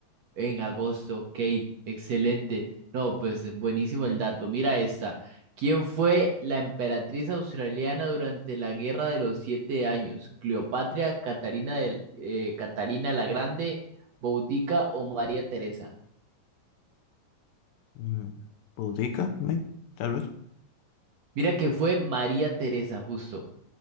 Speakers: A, on the right (about 65°); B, on the left (about 80°).
A: en agosto, ok, excelente. No, pues es buenísimo el dato. Mira esta. ¿Quién fue la emperatriz australiana durante la Guerra de los Siete Años? ¿Cleopatra, Catalina, del- eh, Catalina la Grande, Boudica o María Teresa?
B: Mm, ¿Pudica? me- Tal vez.
A: Mira que fue María Teresa, justo.